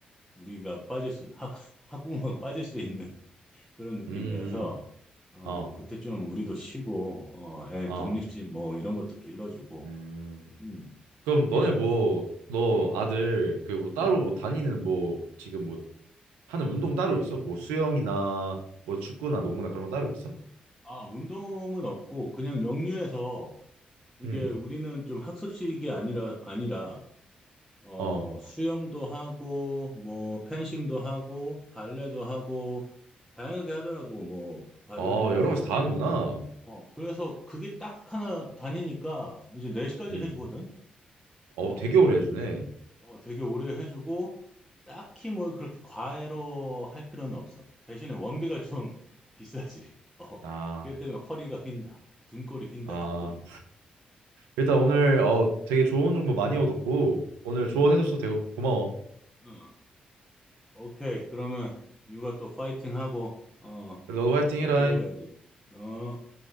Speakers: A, in the centre; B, on the right (about 80°).
A: 우리가 빠질 수, 학, 학부모가 <laughs> 빠질 수 있는 <laughs> 그런 느낌이라서,
B: 음, 음.
A: 어,
B: 어,
A: 그때 좀 우리도 쉬고, 어, 애
B: 어,
A: 독립심 뭐 이런 것도 길러주고,
B: 음.
A: 음,
B: 그럼 너네
A: 예,
B: 뭐,
A: 우-
B: 너
A: 음,
B: 아들 그 뭐 따로
A: 음.
B: 뭐 다니는 뭐 지금 뭐 하는 운동 따로 있어? 뭐 수영이나 뭐 축구나 농구나 그런 거 따로 있어?
A: 아, 운동은 없고, 그냥 역류해서 이게
B: 음,
A: 우리는 좀 학습식이 아니라, 아니라 어,
B: 어,
A: 수영도 하고, 뭐, 펜싱도 하고, 발레도 하고, 다양하게 하더라고, 뭐, 그 바이올린도
B: 어, 여러
A: 하고.
B: 가지 다 하는구나.
A: 어, 그래서 그게 딱 하나 다니니까 이제 4시까지
B: 음,
A: 해주거든? 어,
B: 어, 되게 오래 해주네.
A: 어, 되게 오래 해주고, 딱히 뭐 그렇게 과외로 할 필요는 없어. 대신에 원비가 좀 <laughs> 비싸지. 어,
B: 아,
A: 그렇기 때문에 허리가 휜다. 등골이 휜다,
B: 아,
A: 등골이가.
B: 일단 오늘 어 되게 좋은 정보 많이 얻었고 오늘
A: 응,
B: 조언해줘서 되게 고마워.
A: 응. 오케이. 그러면 육아 또 파이팅 하고, 어,
B: 그래, 너도 화이팅
A: 또
B: 해라.
A: 들어가야지. 어.